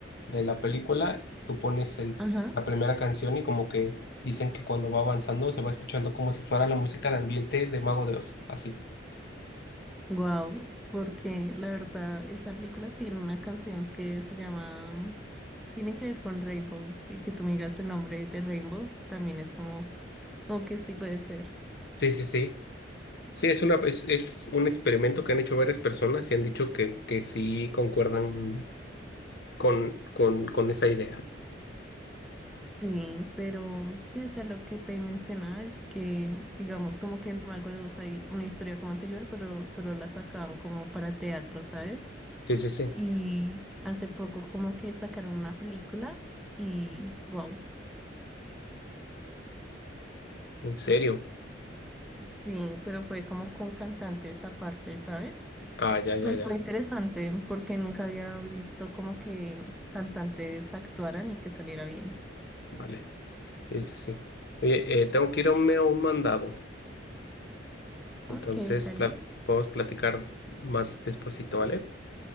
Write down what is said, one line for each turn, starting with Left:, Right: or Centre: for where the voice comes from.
Left: de la película, tú pones el-
Centre: Ajá.
Left: la primera canción y como que dicen que cuando va avanzando se va escuchando como si fuera la música de ambiente de Mago de Oz. Así.
Centre: Wow, porque la verdad, esa película tiene una canción que se llama. Tiene que ver con Rainbow. Y que tú me digas el nombre de Rainbow también es como. Como que sí puede ser.
Left: Sí, sí, sí. Sí, es una, es, es un experimento que han hecho varias personas y han dicho que, que sí concuerdan con, con, con esa idea.
Centre: Sí, pero sí, o sea, lo que te mencionaba es que, digamos, como que en Mago de Oz hay una historia como anterior, pero solo la sacaban como para teatro, ¿sabes?
Left: Sí, sí, sí.
Centre: Y hace poco como que sacaron una película y wow.
Left: ¿En serio?
Centre: Sí, pero fue como con cantantes aparte, ¿sabes?
Left: Ah, ya, ya,
Centre: Pues
Left: ya.
Centre: fue interesante porque nunca había visto como que cantantes actuaran y que saliera bien.
Left: Vale. Sí, sí, sí. Oye, eh, tengo que irme a un mandado. Entonces,
Centre: Ok, dale.
Left: pla- podemos platicar más despuesito, ¿vale?